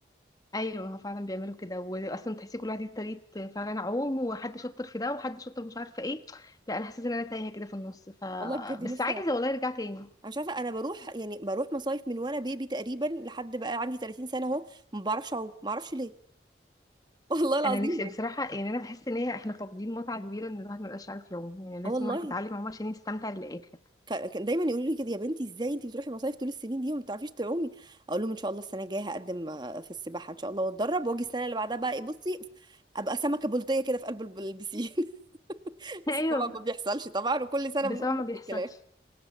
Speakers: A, on the left; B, on the right.
A: ايوه هو فعلا بيعملوا كده واصلا تحسي كل واحد ليه طريقه فعلا عوم وحد شاطر في ده وحد شاطر مش عارفه ايه لا انا حاسه ان انا تايهه كده في النص ف
B: والله بجد
A: بس
B: نفسي
A: عايزه
B: أت-
A: والله ارجع تاني
B: انا مش عارفه انا بروح يعني بروح مصايف من وانا بيبي تقريبا لحد بقى عندي 30 سنه اهو ما بعرفش اعوم ما اعرفش ليه <laughs> والله العظيم
A: انا نفسي
B: يعني
A: بصراحه يعني انا بحس ان هي احنا فاقدين متعه كبيره ان الواحد ما يبقاش عارف يعوم يعني لازم
B: اه والله
A: الواحد يتعلم عوم عشان يستمتع للاخر
B: كان كان دايما يقولوا لي كده يا بنتي ازاي انت بتروحي مصايف طول السنين دي وما بتعرفيش تعومي اقول لهم ان شاء الله السنه الجايه هقدم آه، في السباحه ان شاء الله واتدرب واجي السنه اللي بعدها بقى ايه بصي ابقى سمكه بلطيه كده في قلب الب- البسين <laughs> بس
A: <laughs> ايوه
B: طبعا ما بيحصلش طبعا وكل سنه
A: بس
B: بنقول
A: طبعا
B: نفس
A: ما بيحصلش
B: الكلام